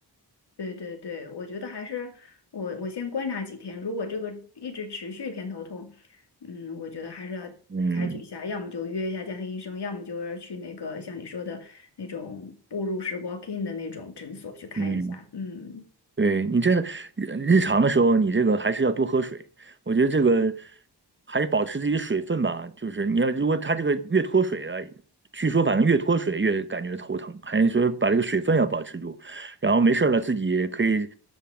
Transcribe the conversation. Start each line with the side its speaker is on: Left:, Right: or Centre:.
Left: 对对对，我觉得还是我我先观察几天，如果这个一直持续偏头痛，嗯，我觉得还是要采取一下，
Right: 嗯
Left: 要么就约一下家庭医生，要么就是去那个像你说的那种步入式 walk in 的那种诊所去看一下。
Right: 嗯。
Left: 嗯，
Right: 对你这日日常的时候，你这个还是要多喝水。我觉得这个还是保持自己的水分吧。就是你要如果它这个越脱水啊，据说反正越脱水越感觉头疼，还是说把这个水分要保持住。然后没事儿了，自己也可以